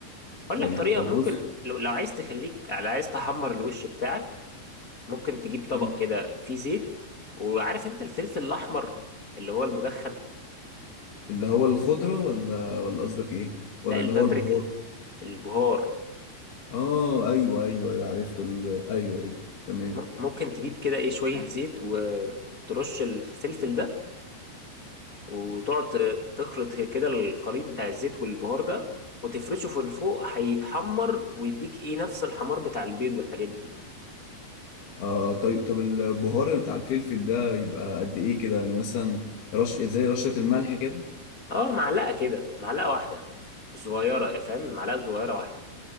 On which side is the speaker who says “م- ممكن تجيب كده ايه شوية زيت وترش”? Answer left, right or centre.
Left